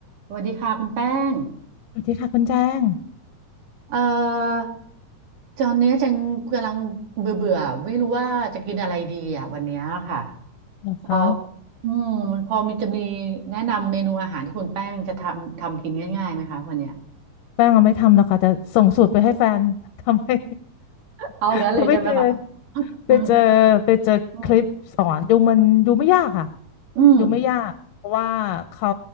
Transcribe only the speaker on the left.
สวัสดีค่ะคุณแจ้ง
เหรอคะ
แป้งเอาไม่ทำหรอกค่ะจะส่งสูตรไปให้แฟน <laughs> ทำให้
<laughs> คุณไปเจอ
ไปเจอไปเจอคลิปสอนดูมันดูไม่ยากค่ะ
ดูไม่ยากเพราะว่าเขา